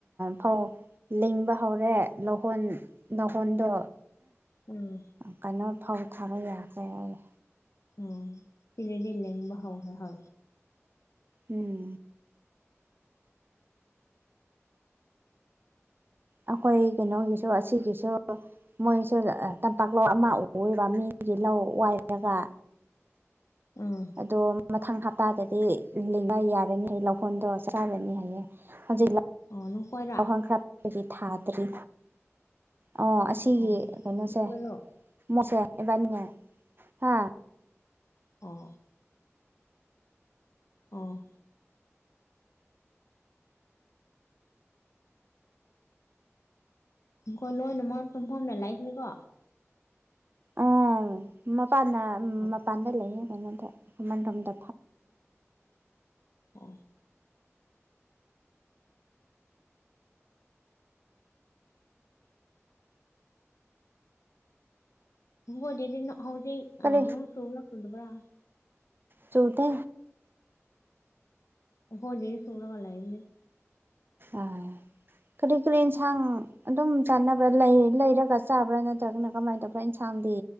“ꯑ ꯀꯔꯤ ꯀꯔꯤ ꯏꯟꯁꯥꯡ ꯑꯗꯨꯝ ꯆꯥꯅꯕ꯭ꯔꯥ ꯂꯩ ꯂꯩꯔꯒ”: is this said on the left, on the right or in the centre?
Right